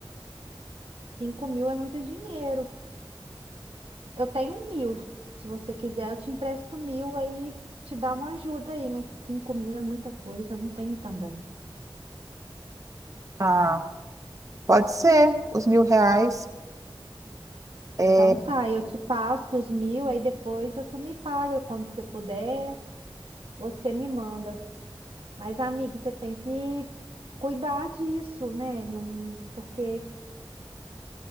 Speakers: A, on the right; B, on the right.
A: cinco mil é muito dinheiro. Eu tenho mil. Se você quiser, eu te empresto mil, aí te dá uma ajuda aí, mas cinco mil é muita coisa, eu não tenho também.
B: Ah, pode ser, os mil reais. É,
A: Então tá, eu te passo os mil, aí depois você me paga quando você puder, você me manda. Mas, amiga, você tem que cuidar disso, né? Não, porque